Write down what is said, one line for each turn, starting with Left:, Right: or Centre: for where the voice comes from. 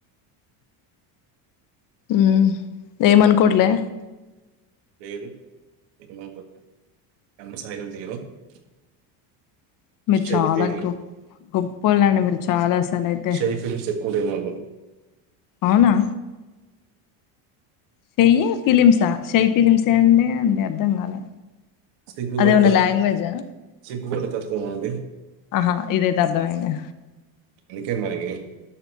Left: మ్ ఏం అనుకోవట్లే.
Right: <unintelligible>
Left: మీరు
Right: షై
Left: చాలా
Right: ఫీలింగ్
Left: గొప్ గొప్పోళ్ళండి మీరు చాలా అసలైతే
Right: షై ఫీలింగ్స్ ఎక్కువ్ ఉండేవాళ్లు.
Left: అవునా? Shy shy feelings shy feelings అంటే అండి అర్ధం కాలే
Right: సిగ్గుపడేతత్వం,
Left: అదేమన్నా లాంగ్వేజా
Right: సిగ్గుపడేతత్వమా అండి
Left: ఆహా, ఇదైతే అర్థమైంది.
Right: ఇంకేం మరి